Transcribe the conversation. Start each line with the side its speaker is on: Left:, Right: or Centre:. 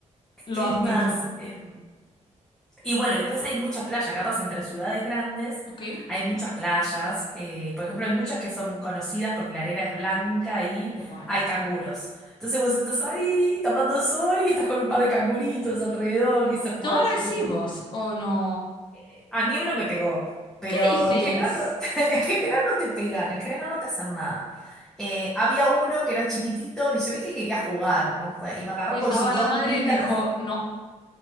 Left: Lo
Centre: ¿qué
Left: admito.
Centre: más? Em, Y bueno, y después hay muchas playas, capaz entre ciudades grandes
Left: Ok.
Centre: hay muchas playas. eh, por ejemplo, hay muchas que son conocidas porque la arena es blanca y
Left: Qué guay.
Centre: hay canguros. Entonces vos estás ahí tomando sol y estás con un par de canguritos alrededor y es hermoso,
Left: ¿Son agresivos
Centre: es increíble.
Left: o no?
Centre: Eh, A mí uno me pegó, pero
Left: ¿Qué dices?
Centre: en general no, <laughs> en general no te pegan, en general no te hacen nada. Eh, había uno que era chiquitito y se ve que quería jugar, ¿no? Y me agarró
Left: Y estaba
Centre: con sus
Left: la
Centre: dos
Left: madre
Centre: manitas
Left: y dijo, no.